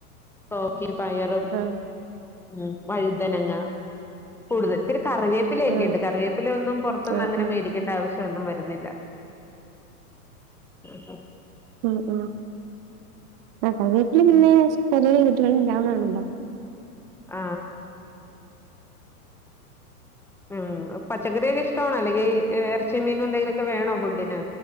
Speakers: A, in the centre; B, on the right (about 40°).
A: കൊക്കിരും പയറും
B: ആ
A: ഉം വഴുതനങ്ങ <unintelligible> കറിവേപ്പില ഒക്കെ
B: ആ
A: ഇണ്ട് കറിവേപ്പില ഒന്നും പുറത്ത് നിന്ന്
B: ആ
A: അങ്ങനെ
B: ആ
A: മേടിക്കണ്ട ആവിശ്യ എതിക്ക് ഒന്നും വരുന്നില്ല ആ
B: മ് ആ തക്കാളിയൊക്കെ ഇല്ലേ പൊതുവെ <unintelligible> ഇല്ലന്നാണല്ലോ
A: ആ ഉം പച്ചക്കറിയെല്ലാം ഇഷ്ടവാണോ അല്ലെങ്കിൽ എറച്ചി മീനും എന്തെലൊക്കെ വേണോ ഫുഡിന്